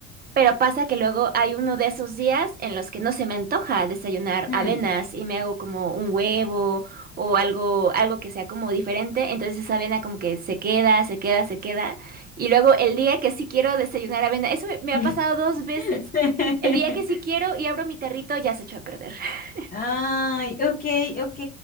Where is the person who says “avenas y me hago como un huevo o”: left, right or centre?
Right